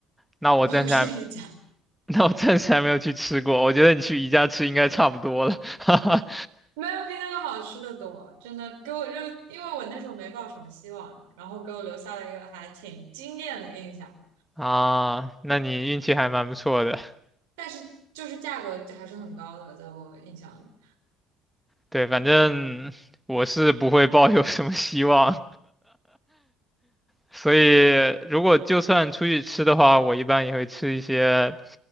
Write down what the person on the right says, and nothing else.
<laughs> 不是一家，
没有比那个好吃的多，真的给我就因为我那时候没抱什么希望，然后给我留下了一个还挺惊艳的印象，
但是就是价格还是很高的，在我印象里，